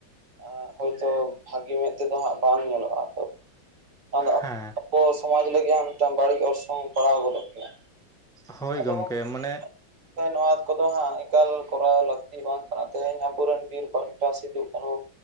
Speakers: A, on the right; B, in the centre.
A: ᱟᱸ ᱦᱳᱭᱛᱳ ᱵᱷᱟᱜᱮ ᱢᱮᱫ ᱛᱮᱫᱚ ᱦᱟᱸᱜ ᱵᱟᱝ ᱧᱮᱞᱚᱜᱼᱟ᱾ <inaudible> ᱟᱵᱚ,
B: ᱦᱮᱸ
A: ᱥᱚᱢᱟᱡᱽ ᱞᱟᱹᱜᱤᱫ ᱦᱚᱸ, ᱢᱤᱫᱴᱟᱝ ᱵᱟᱹᱲᱤᱡ ᱚᱨᱥᱚᱝ, ᱯᱟᱲᱟᱣ ᱜᱚᱫᱚᱜ, ᱜᱮᱭᱟ ᱾
B: ᱦᱳᱭ
A: ᱟᱫᱚ
B: ᱜᱚᱢᱠᱮ ᱢᱟᱱᱮ
A: <inaudible> ᱱᱚᱣᱟ ᱠᱚᱫᱚ ᱦᱟᱸᱜ, ᱮᱠᱟᱞ ᱠᱚᱨᱟᱣ ᱞᱟᱹᱠ ᱛᱤ ᱵᱟᱝ ᱠᱟᱱᱟ, ᱛᱮᱦᱮᱧ ᱟᱵᱚᱨᱮᱱ, ᱵᱤᱨ ᱵᱟᱱᱴᱟ, ᱥᱤᱫᱩ ᱠᱟᱹᱱᱷᱩ